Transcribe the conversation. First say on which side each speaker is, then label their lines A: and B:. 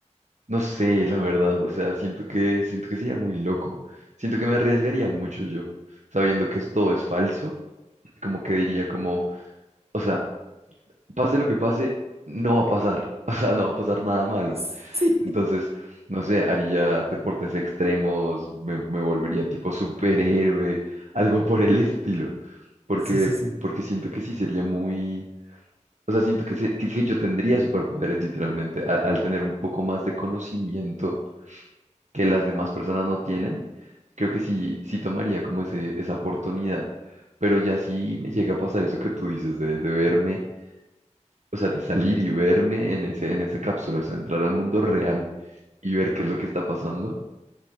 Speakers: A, on the right (about 70°); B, on the right (about 55°).
A: no sé, la verdad, o sea, siento que, siento que sería muy loco, siento que me arriesgaría mucho yo, sabiendo que es- todo es falso, como que diría como, o sea, pase lo que pase, no va a pasar, <laughs> o sea, no va a pasar nada malo,
B: sí,
A: entonces,
B: sí,
A: no sé, haría deportes extremos, me, me volvería tipo superhéroe, algo por el estilo, porque,
B: <laughs> sí, sí.
A: porque siento que sí sería muy O sea, siento que, se- que- que yo tendría superpoderes literalmente al, al tener un poco más de conocimiento que las demás personas no tienen. Creo que sí, sí tomaría como ese, esa oportunidad. Pero ya sí me llega a pasar eso que tú dices de, de verme, o sea, de salir y verme en ese, en esa cápsula, o sea, entrar al mundo real y ver qué es lo que está pasando.